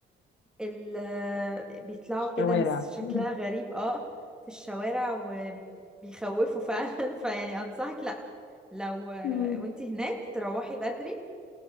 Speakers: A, in the centre; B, on the left.
A: اللي بيطلعوا
B: الشوارع
A: كده ناس شكلها
B: مم.
A: غريب اه في الشوارع وبيخوفوا فعلا <laughs> فيعني أنصحك لا لو آه،
B: مم.
A: وانتي هناك تروحي بدري